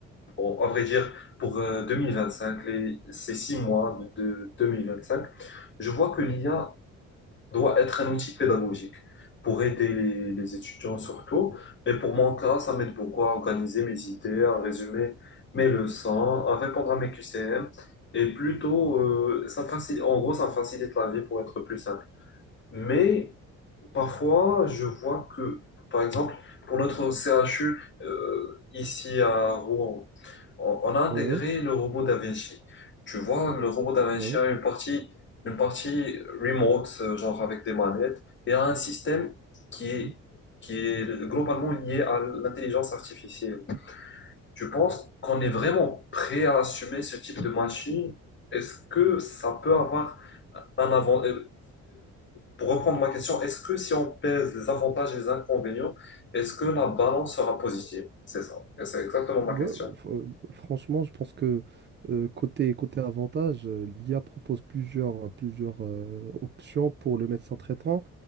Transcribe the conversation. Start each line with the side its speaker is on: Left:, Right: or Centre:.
Left: on- on- à vrai dire, pour euh, 2025, les, ces six mois de de 2025, je vois que l'IA doit être un outil pédagogique pour aider les, les étudiants surtout. Et pour mon cas, ça m'aide beaucoup à organiser mes idées, à résumer mes leçons, à répondre à mes QCM. Et plutôt, euh, ça facilite, en gros, ça facilite la vie pour être plus simple. Mais parfois, je vois que, par exemple, pour notre CHU, euh, ici à Rouen, on on a intégré
Right: Ouais,
Left: le robot Da Tu vois, le robot Da a
Right: ouais,
Left: une partie, une partie remote, euh, genre avec des manettes, et a un système qui est,
Right: ouais.
Left: qui est globalement lié à l'intelligence artificielle. Tu penses qu'on est vraiment prêt à assumer ce type de machine? Est-ce que ça peut avoir un avantage? pour reprendre ma question, est-ce que si on pèse les avantages et les inconvénients, est-ce que la balance sera positive? C'est ça. Et C'est exactement ma
Right: Ouais,
Left: question.
Right: fr- franchement, je pense que euh, côté, côté avantage, euh, l'IA propose plusieurs, euh, plusieurs euh, options pour le médecin traitant